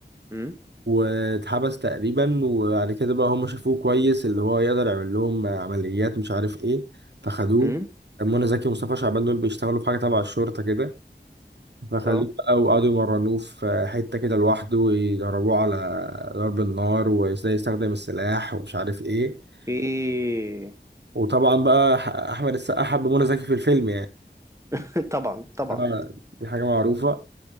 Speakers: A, on the right; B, on the right.
A: امم
B: واتحبس تقريبا وبعد كده بقى هم شافوه كويس اللي هو يقدر يعمل لهم عمليات مش عارف ايه فخدوه
A: امم
B: منى زكي ومصطفى شعبان دول بيشتغلوا في حاجه تبع الشرطه كده فخدوه
A: اه
B: بقى وقعدوا يمرنوه في حته كده لوحده ويدربوه على ضرب النار وازاي يستخدم السلاح ومش عارف ايه
A: اوكي
B: وطبعا بقى احمد السقا حب منى زكي في الفيلم يعني
A: <laughs> طبعا طبعا
B: اه دي حاجة معروفة